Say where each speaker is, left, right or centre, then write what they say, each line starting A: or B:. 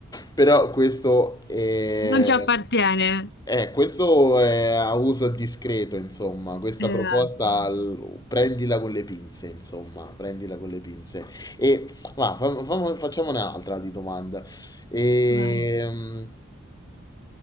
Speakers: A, on the left; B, on the left.
A: Però questo è,
B: Non ci appartiene.
A: eh, questo è a uso discreto, insomma, questa
B: esatto.
A: proposta l- prendila con le pinze, insomma, prendila con le pinze. E ma fa- famo- facciamone un'altra di domanda. Ehm,
B: Vabbè.